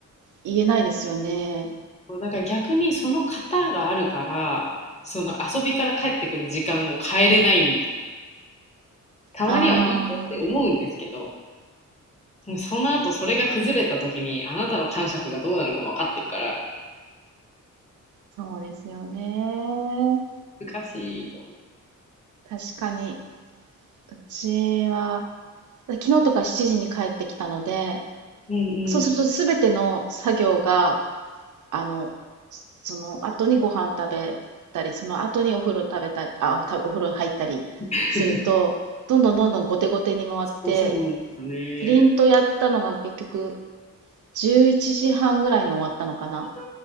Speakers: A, on the right; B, on the left.
A: 言えないですよね。
B: う。だから逆にその型があるから、その遊びから帰ってくる時間を変えれないんですよね。
A: うん。
B: たまにはいいよって思うんですけど、
A: ああ、
B: その後それが崩れた時にあなたの感触がどうなるかも分かってるから
A: そうですよね。
B: 難しいと思って。
A: 確かに、うちは、昨日とか7時に帰ってきたので、
B: うんう
A: そうするとすべての作業が、
B: ん。
A: あの、その後にご飯食べたり、その後にお風呂食べたり、あ、おたお風呂入ったりすると、
B: <laughs>
A: どんどんどんどん後手後手に回って、
B: そうそうなんですよね。
A: プリントやったのが結局11時半ぐらいに終わったのかな。
B: 大